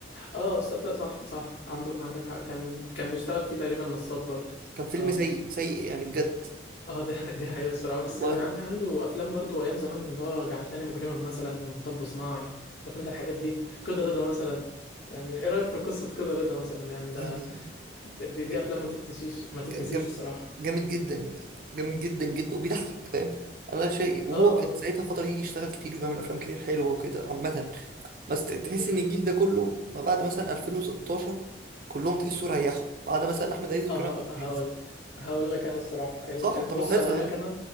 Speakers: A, on the left; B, on the right.
A: اه صدق صح صح عنده عندك حق. كان كان بيشتغل فيه تقريبا نصاب برضه
B: كان فيلم
A: اه
B: سيء سيء يعني بجد
A: اه ده دي حقيقة الصراحة بس
B: والله
A: يعني عنده أفلام برضو أيام زمان اللي هو جعلتني مجرما مثلا ومطب صناعي عارف أنت الحاجات دي كده رضا مثلا يعني إيه رأيك في قصة كده رضا مثلا يعني ده
B: يعني
A: دي, دي
B: ج-
A: أفلام ما تتنسيش ما تتنسيش
B: ج- جم-
A: الصراحة
B: جامد جدا يعني جامد جدا جدا وبيضحك فاهم انا شيء وهو
A: اه اه
B: كان ساعتها الفتره دي بيشتغل كتير وبيعمل افلام كتير حلوه وكده عامه بس ت- تحس
A: دي حقيقة
B: ان الجيل ده كله ما بعد مثلا 2016 كلهم تحسوا ريحوا بعد مثلا احمد عز وكريم
A: اه
B: عبد
A: هقول
B: العزيز
A: لك هقول لك أنا الصراحة ال-
B: صح انت
A: بص
B: ملاحظها
A: هقول
B: يعني
A: لك أنا